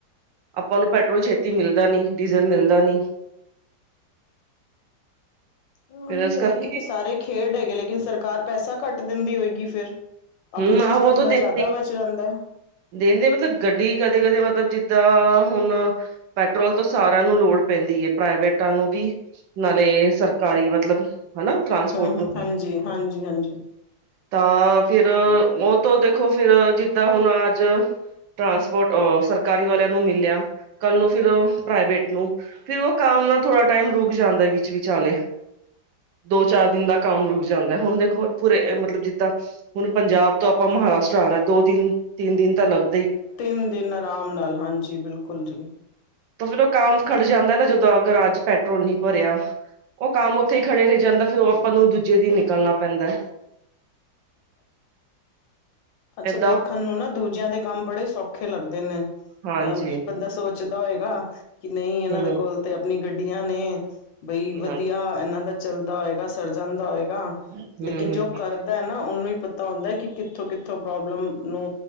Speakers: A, on the right (about 80°); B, on the left (about 80°).
A: ਆਪਾਂ ਨੂੰ ਪੈਟਰੋਲ ਛਤੀ ਤੀ ਮਿਲਦਾ ਨਈ, ਡੀਜ਼ਲ ਮਿਲਦਾ ਨੀ,
B: ਉਹੀ
A: ਫਿਰ ਇਸ
B: ਐਹੀ
A: ਕਰਕੇ
B: ਤੇ, ਸਾਰੇ ਖੇਡ ਹੈਗੇ ਲੇਕਿਨ, ਸਰਕਾਰ ਪੈਸਾ ਘੱਟ ਦਿੰਦੀ ਹੋਏਗੀ ਫਿਰ
A: ਹਮ
B: ਆਪਣੀ ਚੀਜ਼
A: ਉਹ
B: ਤੇ, ਥੋੜਾ
A: ਤਾਂ ਦੇਖ
B: ਜ਼ਿਆਦਾ ਵਧ ਜਾਂਦਾ।
A: ਦਿੰਦੇ ਮਤਲਬ, ਗੱਡੀ ਕਦੇ- ਕਦੇ ਮਤਲਬ ਜਿੱਦਾਂ ਹੁਣ ਪੈਟਰੋਲ ਤੋਂ ਸਾਰਿਆਂ ਨੂੰ, ਲੋੜ ਪੈਂਦੀ ਹੈ ਪ੍ਰਾਈਵੇਟਾਂ ਨੂੰ ਵੀ ਨਾਲੇ ਸਰਕਾਰੀ ਮਤਲਬ ਹਨਾ। ਟਰਾਂਸਪੋਰਟ
B: ਹੂੰ ਹੂੰ
A: ਨੂੰ
B: ਹਾਂਜੀ ਹਾਂਜੀ ਹਾਂਜੀ
A: ਤਾਂ ਫਿਰ ਉਹ ਤੋਂ ਦੇਖੋ, ਫਿਰ ਜਿੱਦਾਂ ਹੁਣ ਅਜ ਟਰਾਂਸਪੋਰਟ, ਸਰਕਾਰੀ ਵਾਲਿਆਂ ਨੂੰ ਮਿਲਿਆ, ਕੱਲ ਨੂੰ ਫਿਰ ਪ੍ਰਾਈਵੇਟ ਨੂੰ ਫੇਿਰ ਉਹ ਕੰਮ ਨਾਲ, ਥੋੜ੍ਹਾ ਟਾਈਮ ਰੁਕ ਜਾਂਦਾ ਵਿੱਚ ਵਿਚਾਲੇ ਦੋ -ਚਾਰ ਦਿਨ ਦਾ ਕੰਮ ਰੁਕ ਜਾਂਦਾ ਹੁਣ, ਦੇਖੋ ਪੂਰੇ ਮਤਲਬ ਜਿੱਦਾਂ ਹੁਣ ਪੰਜਾਬ ਤੋਂ ਆਪਾਂ ਮਹਾਰਾਸ਼ਟਰ ਆਉਣਾ ਦੋ ਦਿਨ- ਤਿੰਨ ਦਿਨ ਤਾਂ ਲੱਗ
B: ਤਿੰਨ ਦਿਨ, ਆਰਾਮ ਨਾਲ ਹਾਂਜੀ ਬਿਲਕੁਲ ਜੀ।
A: ਤਾਂ ਫੇਰ ਉਹ, ਕਮ ਖੜ ਜਾਂਦਾ ਨਾ, ਜਦੋਂ ਅਗਰ ਅੱਜ ਪੈਟਰੋਲ ਨੀ ਭਰਿਆ ਉਹ ਕੰਮ ਉੱਥੇ ਹੀ, ਖੜੇ ਰਹਿ ਜਾਂਦਾ ਫਿਰ ਉਹ ਆਪਾਂ ਨੂੰ, ਦੂਜੇ ਦਿਨ ਨਿਕਲਣਾ ਪੈਂਦਾ
B: <unintelligible> ਅੱਛਾ,
A: ਏਦਾਂ
B: ਦੇਖਣ ਨੂੰ ਨਾ ਦੂਜਿਆਂ ਦੇ ਕੰਮ, ਬੜੇ ਸੌਖੇ ਲੱਗਦੇ ਨੇ,
A: ਹਾਂਜੀ
B: ਅਹ ਬੰਦਾ ਸੋਚਦਾ ਹੋਏਗਾ ਕਿ, ਨਹੀਂ ਇਹਨਾਂ
A: ਹਮ
B: ਦੇ ਕੋਲ ਤੇ ਆਪਣੀ ਗੱਡੀਆਂ ਨੇ, ਬਈ ਵਧੀਆ,
A: ਹਾਂ
B: ਇਹਨਾਂ ਦਾ ਚੱਲਦਾ ਹੋਏਗਾ ਸਰੜ ਜਾਂਦਾ ਹੋਏਗਾ,
A: ਹਮ
B: ਲੇਕਿਨ
A: ਹਮ
B: ਜੋ ਕਰ ਕਰਦਾ ਹੈ ਨਾ ਉਹਨੂੰ ਹੀ ਪਤਾ ਹੁੰਦਾ ਕਿ ਕਿੱਥੋਂ ਕਿੱਥੋ ਉਥੋਂ ਪ੍ਰੋਬਲਮ ਨੂੰ